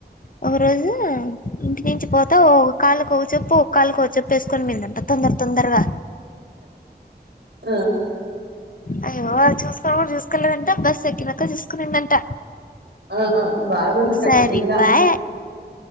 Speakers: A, on the left; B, on the right.
A: ఒక రోజు ఇంటి నుంచి పోతా ఓ కాళ్లుకో ఒకచెప్పు ఒక కాలుకో ఒక చెప్పు వేసుకొని పోయిదంట తొందర తొందరగా
B: ఆ
A: అయ్యో చూసుకో కూడా చూసుకోలేదంట బస్ ఎక్కినక చూసుకునిందంట
B: ఆహా బాగుంది కతదింగా
A: సరిపాయే